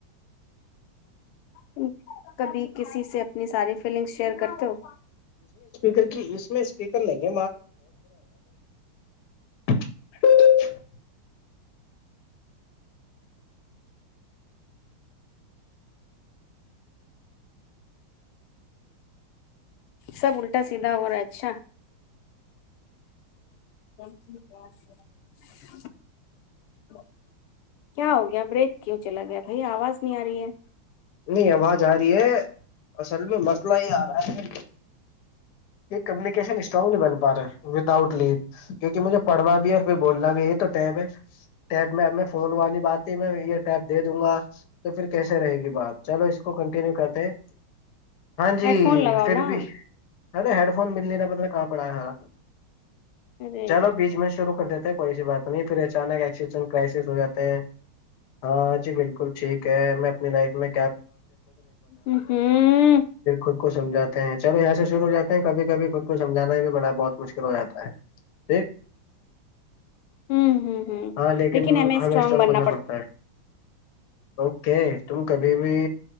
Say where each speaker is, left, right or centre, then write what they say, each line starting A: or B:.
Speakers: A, on the left; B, on the left.
A: تم کبھی کسی سے اپنی ساری فیلنگ شیئر کرتے ہو
B: کر کے اس میں سپیکر لگے <unintelligible> <unintelligible> <inaudible>
A: سب الٹا سیدھا ہو رہا ہے اچھا <inaudible> کیمرے کیوں چلا گیا اواز نہیں ارہی ہے
B: نہیں اواز ا رہی ہے اصل میں مسئلہ ہی ا رہا ہے ایک کمیونیکیشن سٹرانگ نہیں بن پا رہے کیونکہ مجھے پڑھنا بھی اور کوئی بولنا بھی ہے تو ٹیب ہے ٹیب میب میں فون والی بات ہے میں یہ ٹیب <unintelligible> دے دوں گا تو پھر کیسے رہے گی بات چلو اس کو کنٹینیو کرتے ہیں ہاں جی
A: ہیڈ فون لگاؤ
B: پھر
A: نا
B: بھی ہیڈ فون مل کہاں پڑا ہے
A: ارے
B: چلو بیچ میں شروع کر کوئی ایسی بات نہیں تیرے اچانک پرائسز ہو جاتے ہیں ہاں جی بالکل ٹھیک ہے میں اپنی لائف میں
A: ہوں
B: <unintelligible> کو سمجھاتے ہیں چلو یہاں سے شروع ہو جاتے ہیں کبھی کبھی خود کو سمجھانا بھی بڑا بہت مشکل ہو جاتا ہے <inaudible>
A: ہوں ہوں ہوں
B: ہاں لیکن
A: ہمیں اسٹرانگ
B: ہم اسٹو
A: بننا
B: کرنا پڑتا ہے اوکے تم بیوی